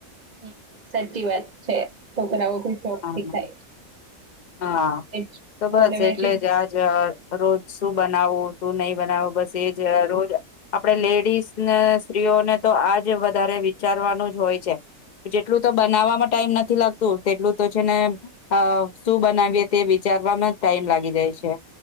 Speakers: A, on the right (about 35°); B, on the left (about 45°).
A: હ સાચી વાત છે છોકરાઓ બી શોખ
B: હમ
A: થી ખાય
B: હા
A: વેજ
B: તો બસ
A: અને વેજી
B: એટલે જ આજ રોજ શું બનાવવું શું નહી બનાવો બસ એજ રોજ આપડે લેડીઝ ને સ્ત્રીઓને તો આજ વધારે વિચારવાનું જ હોય છે જેટલું તો બનાવવામાં ટાઈમ નથી લાગતું તેટલું તો છે ને શું બનાવીયએ તે વિચારવામાં ટાઈમ લાગી જાય છે